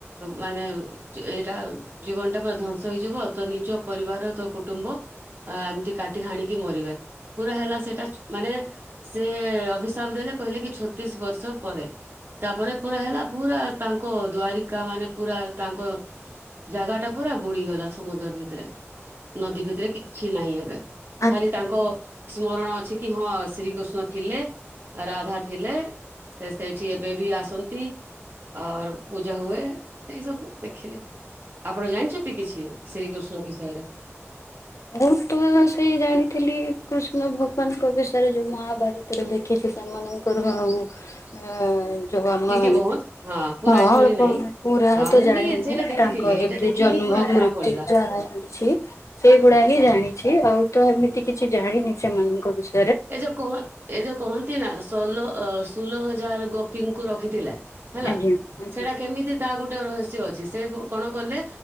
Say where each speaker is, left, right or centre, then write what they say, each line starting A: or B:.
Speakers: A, on the right; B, on the left.
A: ମାନେ ଏଇଟା ଜୀବନ ଟା ପୁରା ଧ୍ୱଂସ ହେଇଯିବ ତ ନିଜ ପରିବାର ତ କୁଟୁମ୍ବ ଏମିତି କାଟି ହାଣିକି ମରିବେ ପୁରା ହେଲା ସେଇଟା ମାନେ ସେ ଅଭିଶାପ ଦେଲେ କହିଲେ କି ଛତିଶ ବର୍ଷ ପରେ ତାପରେ ପୁରା ହେଲା ପୁରା ତାଙ୍କ ଦ୍ଵାରିକା ମାନେ ପୁରା ତାଙ୍କ- ଜାଗା ଟା ପୁରା ବୁଡିଗଲା ସମୁଦର ଭିତରେ। ନଦୀ ଭିତରେ କିଛି ନାହିଁ ଏବେ
B: ଆଜ୍ଞା।
A: ଖାଲି ତାଙ୍କ ସ୍ମରଣ ଅଛି କି ହଁ ଶ୍ରୀକୃଷ୍ଣ ଥିଲେ, ରାଧା ଥିଲେ ସେ ସେଇଠି ଏବେ ବି ଆସନ୍ତି ଆର୍ ପୂଜା ହୁଏ ଏଇ ସବୁ। ଦେଖିଲି ଆପଣ ଜାଣିଚନ୍ତି କିଛି ଶ୍ରୀକୃଷ୍ଣ ବିଷୟରେ।
B: ମୁଁ ତ ସେଇ ଜାଣିଥିଲି କୃଷ୍ଣ ଭଗବାନଙ୍କ ବିଷୟରେ ଯୋଉ ମହାଭାରତରେ ଦେଖିଚି ସେମାନଙ୍କର ଆଉ ଏ ଯୋଉ ଆମ
A: ଟିକେ
B: ହଁ
A: ବହୁତ ପୁରା ଷ୍ଟୋରି
B: ଅଳ୍ପ
A: ନାହିଁ।
B: ପୁରା
A: ହଁ
B: ତ
A: ମୁଁ
B: ଜାଣିନି
A: ବି ସେଇଟା ଦେଖିଥିଲି
B: ତାଙ୍କ
A: ଏଇଟା
B: ଯେମିତି
A: ଦେଖିକି
B: ଜନ୍ମ
A: ପୁରା ଜଣା
B: ମୃତ୍ୟୁ
A: ପଡିଲା।
B: ଯାହା ହେଇଛି ସେଗୁଡା ହିଁ ଜାଣିଛି ଆଉ ତ ଏମିତି କିଛି ଜାଣିନି ସେମାନଙ୍କ ବିଷ
A: ଏଇଯ କହ ଏଇଯ କହନ୍ତି ନା ଷୋଲ ଅ ସୁଲ ହଜାର ଗୋପୀଙ୍କୁ ରଖିଥିଲା। ହେଲା
B: ଆଜ୍ଞା ଆଜ୍ଞା
A: ସେଟା କେମିତି ତା ଗୋଟ ରହସ୍ୟ ଅଛି ସେ କଣ କଲେ